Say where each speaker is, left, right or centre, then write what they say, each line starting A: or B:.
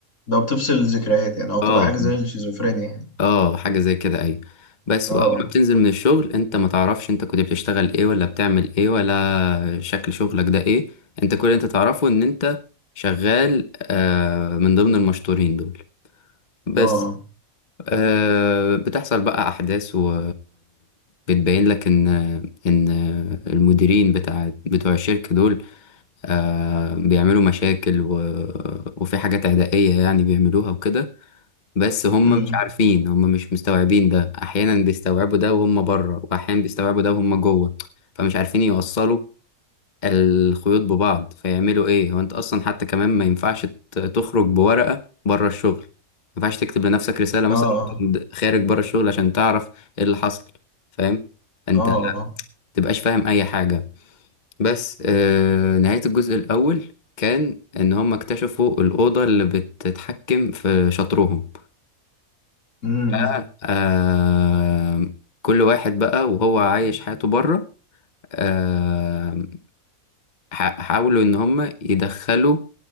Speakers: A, on the left; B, on the left.
A: ده بتفصل الذكريات يعني او تبقى
B: اه
A: حاجه زي الشيزوفرينيا يعني
B: اه حاجة زي كده ايوه بس
A: اه
B: واول ما بتنزل من الشغل انت ما تعرفش انت كنت بتشتغل ايه ولا بتعمل ايه ولا شكل شغلك ده ايه انت كل اللي انت تعرفه ان انت شغال آه من ضمن المشطورين دول بس
A: اه
B: آه بتحصل بقى احداث و بتبين لك ان ان المديرين بتاع بتوع الشركة دول آه بيعملوا مشاكل و... وفي حاجات عدائية يعني بيعملوها وكده بس هم
A: امم
B: مش عارفين هم مش مستوعبين ده احيانا بيستوعبوا ده وهم بره واحيانا بيستوعبوا ده وهم جوه فمش عارفين يوصلوا الخيوط ببعض فيعملوا ايه هو انت اصلا حتى كمان ما ينفعش ت- تخرج بورقة بره الشغل ما ينفعش تكتب لنفسك رسالة مثلا
A: اه
B: وأنت خارج بره الشغل عشان تعرف ايه اللي حصل فاهم انت
A: اه
B: ما تبقاش فاهم اي حاجة بس آه نهاية الجزء الاول كان ان هم اكتشفوا الأوضة اللي بتتحكم في شطرهم
A: امم
B: بقى آه كل واحد بقى وهو عايش حياته بره آه ح- حاولوا ان هم يدخلوا